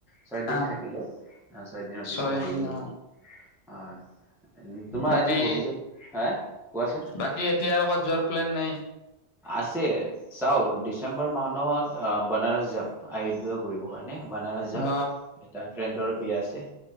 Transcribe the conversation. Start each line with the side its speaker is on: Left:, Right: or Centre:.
Centre: ছয়দিন
Left: অ
Centre: থাকিলো আহ চয় দিনৰ পিছত
Left: ছয়
Centre: আহি
Left: দিন
Centre: গলো
Left: অ
Centre: আহ তোমাৰ
Left: বাকী
Centre: এনে ভৱিষ্যত হা কোৱাচোন
Left: বাকী এতিয়া আৰু ক'বাত যোৱাৰ প্লেন নাই
Centre: আছে চাও ডিচেম্বৰ মাহত বনাৰস যাম আয়ুধ কৰিব কাৰণে নে বানাৰস যাম
Left: অ
Centre: এটা ফ্ৰেণ্ডৰ বিয়া আছে